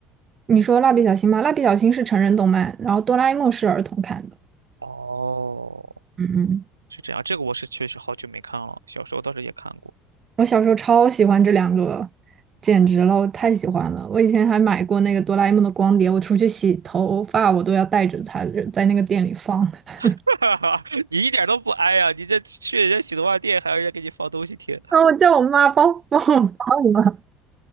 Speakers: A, on the right (about 35°); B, on the right (about 85°).
A: 你说蜡笔小新吗？蜡笔小新是成人动漫，然后哆啦 A 梦是儿童看的。
B: 哦，
A: 嗯嗯，
B: 是这样，这个我是确实好久没看了，小时候倒是也看过。
A: 我小时候超喜欢这两个，简直了，我太喜欢了。我以前还买过那个哆啦 A 梦的光碟，我出去洗头发我都要带着它，在那个店里放。<laughs>
B: <laughs> 你一点都不哀呀、你这去人家洗头发店还要人家给你放东西听。
A: 然后我叫我妈帮帮我放了。